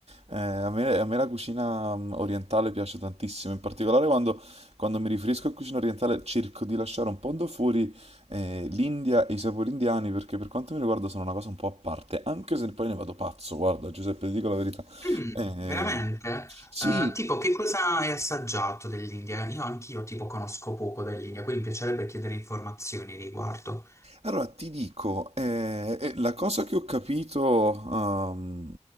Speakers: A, on the right (about 55°); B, on the left (about 25°).
A: Eh, a me, a me la cucina mm, orientale piace tantissimo, in particolare quando, quando mi riferisco a cucina orientale cerco di lasciare un po' da fuori eh, l'India e i sapori indiani perché per quanto mi riguarda sono una cosa un po' a parte, anche se poi ne vado pazzo, guarda Giuseppe, ti dico la verità.
B: Mm,
A: Eh,
B: veramente?
A: sì,
B: Eh, tipo, che cosa hai assaggiato dell'India? Io anch'io tipo conosco poco dell'India, quindi mi piacerebbe chiedere informazioni riguardo.
A: Allora ti dico, eh, eh, la cosa che ho capito ehm,